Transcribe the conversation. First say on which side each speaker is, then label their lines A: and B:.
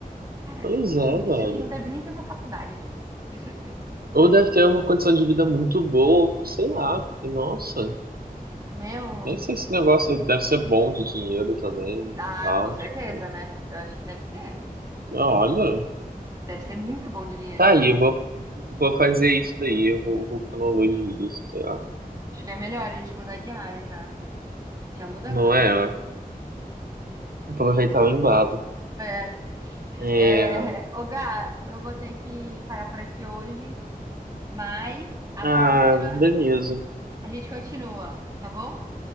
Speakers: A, on the right; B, on the right.
A: cara,
B: pois
A: como?
B: é, velho.
A: Isso aqui não deve nem ter uma faculdade disso. Tenho certeza.
B: Ou
A: Não
B: deve
A: tem.
B: ter uma condição de vida muito boa, ou sei lá, porque, nossa,
A: Meu.
B: nem sei se esse negócio deve ser bom de dinheiro também e
A: Ah,
B: tal.
A: com certeza,
B: Tipo,
A: né? Eu acho que deve ser.
B: ah, olha,
A: Deve ser muito bom de dinheiro
B: tá
A: esse
B: aí,
A: negócio.
B: eu vou, vou fazer isso daí, eu vou, vou cronologia isso, sei lá.
A: Acho que é melhor a gente mudar de área já. Já muda
B: Não
A: agora.
B: é, ó. Aproveitar o embalo.
A: <laughs>
B: É...
A: É, é, ô Gá, eu vou ter que parar por aqui hoje, mas a
B: Ah,
A: próxima
B: beleza.
A: a gente continua, tá bom?